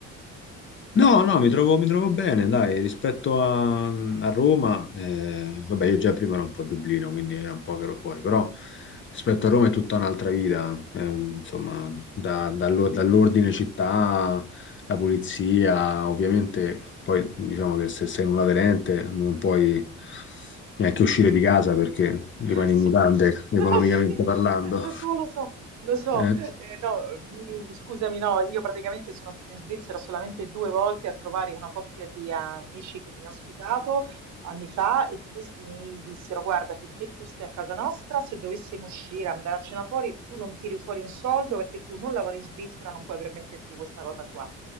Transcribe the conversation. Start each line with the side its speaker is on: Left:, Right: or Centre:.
Left: No, no, mi trovo, mi trovo bene, dai, rispetto a, a Roma, eh, vabbè, io già prima ero un po' a Dublino, quindi era un po' che ero fuori, però rispetto a Roma è tutta un'altra vita, eh, insomma, da- dallo- dall'ordine città, la pulizia, ovviamente, poi diciamo che se sei un aderente non puoi neanche uscire di casa perché
Right: <laughs>
Left: rimani
Right: Sì,
Left: in mutande, economicamente
Right: <laughs> sì,
Left: parlando.
Right: lo so, lo so, lo so.
Left: Eh.
Right: Eh, no, mh, scusami, no, io praticamente sono stata in Svizzera solamente due volte a trovare una coppia di amici che mi ha ospitato anni fa e questi mi dissero: Guarda, finché tu stai a casa nostra, se dovessimo uscire, andare a cena fuori, tu non tiri fuori un soldo perché tu non lavori in Svizzera, non puoi permetterti questa cosa qua.